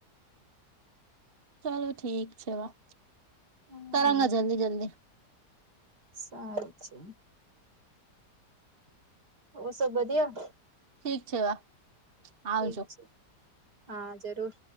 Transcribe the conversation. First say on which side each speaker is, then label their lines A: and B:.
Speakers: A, on the right; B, on the right.
A: ચાલો ઠીક છે વા
B: હમ
A: કરંગા જલ્દી જલ્દી.
B: સાર છે. ઓ સબ વઘિયા
A: ઠીક છે વા.
B: ઠીક
A: આવજો
B: છે હા જરૂર.